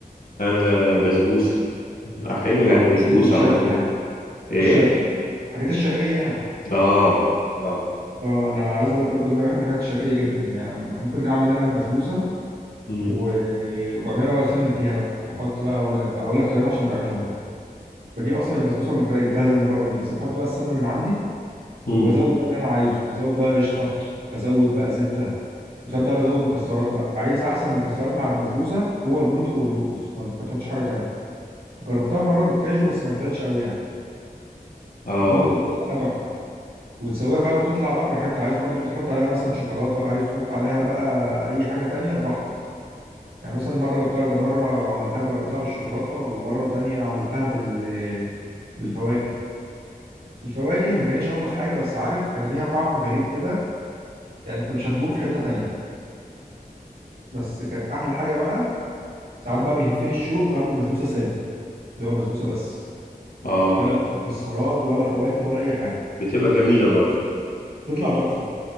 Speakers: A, on the left (about 65°); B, on the right (about 80°).
A: انا بسبوسه آه، حلو
B: اه
A: يعني
B: بتحب
A: بسبوسه
B: الشرقي
A: على طول
B: يعني
A: ايه
B: الشرق الحاجات الشرقيه يعني
A: اه اه
B: اه انا عايز اقول لك برضو ان انا بحب الحاجات الشرقيه جدا يعني ممكن اعمل انا بسبوسه
A: مم.
B: و... وبعملها بقى بفنن فيها بقى احط بقى اقول لك بقى هقول لك طريقتها عشان تعملها برضو بجيب اصلا البسبوسه من- الجاهزه من بره دي بس بحط بقى السمنه من عندي
A: مم.
B: وبزود بقى اللي انا عايزه هزود بقى قشطه ازود بقى زبده وساعات بقى بزود مكسرات بقى عايز احسن مكسرات مع البسبوسه هو البندق واللوز ما ما تحطش حاجه تانيه جربتها بره بالكاجو بس ما نفعتش قوي يعني
A: اه
B: البندق واللوز عليها تحفه وتسويها بقى وتطلع بقى براحتها عايز برضو تحط عليها مثلا شوكولاته عايز تحط عليها بقى اي حاجه تانيه براحتك يعني مثلا مره جبتها مره عملتها جربتها بالشوكولاته ومره تانيه عملتها بال بالفواكه الفواكه ما كانتش الطف حاجه بس عارف كان ليها طعم غريب كده يعني انت مش هتدوقه في حته تانية بس كانت احلى حاجه بقى ساعات بقى بيهفني الشوق واعمل بسبوسه ساده اللي هو بسبوسه بس
A: اه
B: ولا بقى مكسرات ولا فواكه ولا اي حاجه
A: بتبقى جميلة برضو
B: تطلع تحفه